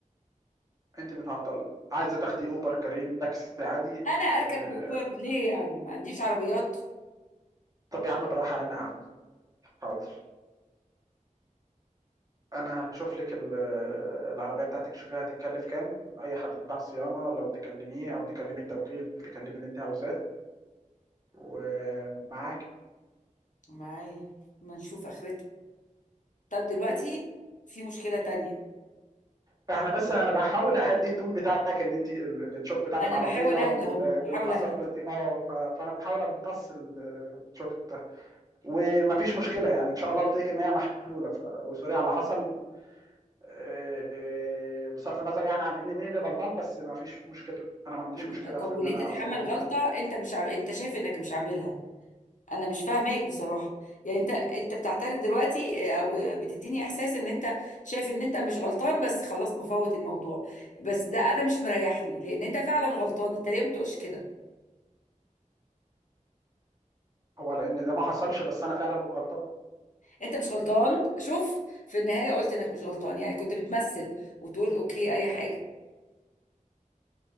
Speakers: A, on the right; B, on the left.
A: انت متعطله عايزه تاخدي اوبر كريم تاكسي عادي
B: انا اركب
A: اه...
B: اوبر ليه يعني ما عنديش عربيات
A: طب يا عم بالراحه علينا يا عم حاضر انا هشوف لك ال- العربيه بتاعتك شوفيها هتتكلف كام اي حد بتاع صيانه لو تكلميه او تكلمي التوكيل تكلمي اللي انت عاوزاه ومعاك
B: معايا ما نشوف اخرتها طب دلوقتي في مشكله تانية
A: فاحنا بس انا بحاول اهدي التون بتاعك ان انت التشوك بتاعت
B: انا
A: العربيه
B: بحاول اهدى
A: وال-
B: اهو
A: واللي
B: بحاول
A: حصلت
B: اهدى
A: دي اه ف- فانا بحاول امتص ال- التشوك ده ومفيش مشكله يعني ان شاء الله قلت لك ان هي محلوله ف... وسوري على اللي حصل آه، بصرف النظر يعني عن ان مين اللي غلطان بس مفيش مشكله انا ما عنديش
B: يعني
A: مشكله
B: طب
A: في
B: وليه
A: ان انا
B: تتحمل
A: اصلح لك
B: غلطه
A: عربيتك
B: انت مش عم... انت شايف انك مش عاملها انا مش فاهماك بصراحه يعني انت انت بتعترف دلوقتي آه، او بتديني احساس ان انت شايف ان انت مش غلطان بس خلاص مفوت الموضوع بس ده انا مش مريحني لان انت فعلا غلطان انت ليه ما بتقولش كده
A: هو لان ده ما حصلش بس انا فعلا غلطان
B: انت مش غلطان شوف في النهايه قلت انك مش غلطان يعني كنت بتمثل وتقول اوكي اي حاجه